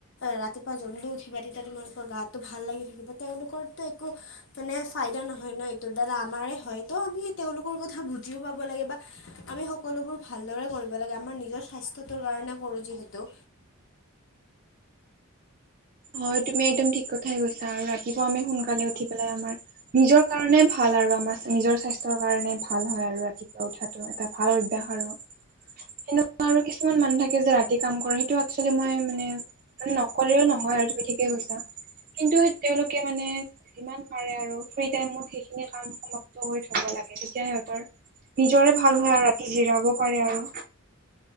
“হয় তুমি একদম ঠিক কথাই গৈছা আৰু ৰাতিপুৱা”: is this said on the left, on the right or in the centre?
Right